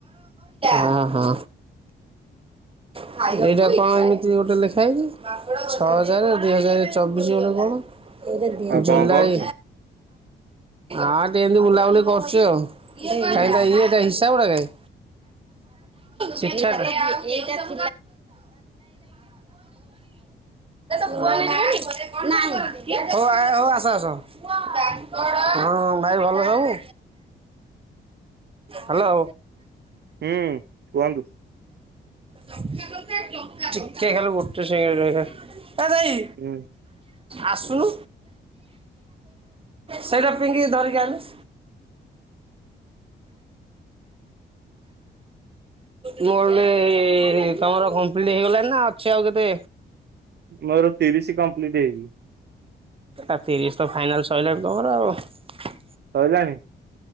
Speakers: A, on the right (about 30°); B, on the right (about 55°).
A: ଆ ହଁ। ଏଇଟା କଣ ଏମିତି ଗୋଟେ ଲେଖା ହେଇଚି ଛଅ ହଜାରେ ଦି ହଜାରେ ଚବିଶି ଗୋଟେ କଣ?
B: ଆଉ
A: ଜୁଲାଇ
B: କଣ କରୁଛ
A: ଆ ଟି ଏମତି ବୁଲାବୁଲି କରୁଚି ଆଉ। କାଇଁ
B: ହୁଁ
A: ତା
B: ହୁଁ
A: ଇଏଟା ହିସାବଟା କାଇଁ? ଚିଠା <inaudible> ର ହୋଉ ଆ ହୋଉ ଆସ ଆସ। ହଁ ଭାଇ ଭଲ ସବୁ? ହାଲୋ।
B: ହୁଁ କୁହନ୍ତୁ।
A: ଟିକେ ଖାଲି ଗୋଟେ ସେକେଣ୍ଡ୍ ରହିଥା ଏ ଦେଇ
B: ହୁଁ।
A: ଆସୁନୁ ସେଇଟା ପିଙ୍ଗି ଧରିକି ଆଲୁ। <inaudible> ମୁଁ ଅଲି ତମର କମ୍ପ୍ଲିଟ ହେଇଗଲାଣି ନାଁ ଅଛି ଆଉ କେତେ।
B: ମୋର ତିରିଶ କମ୍ପ୍ଲିଟ୍ ହେଇନି।
A: ଆ ତିରିଶ ତ ଫାଇନାଲ ସଇଲାଣି ତମର ଆଉ।
B: ସଇଲାଣି।